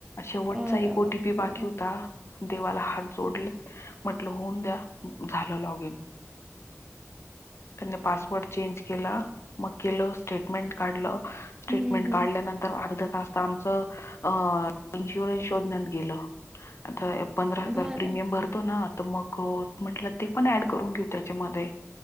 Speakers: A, on the left; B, on the right.
A: शेवटचा
B: अरे
A: एक
B: बापरे
A: ओटीपी बाकी
B: बाप
A: होता देवाला हात जोडले म्हटल होऊन द्या झाल लॉगीन. त्यांनी पासवर्ड चेंज केला. मग केल स्टेटमेंट काढल, स्टेटमेंट
B: हम्म हम्म
A: काढल्यानंतर अर्धा तास. आमच अ <unintelligible> शोधण्यात गेल <unintelligible> पंधरा हजार
B: भारी
A: प्रीमियम भरतो ना तर मग म्हटल ते पण ऍड करून घेऊ त्याच्यामध्ये.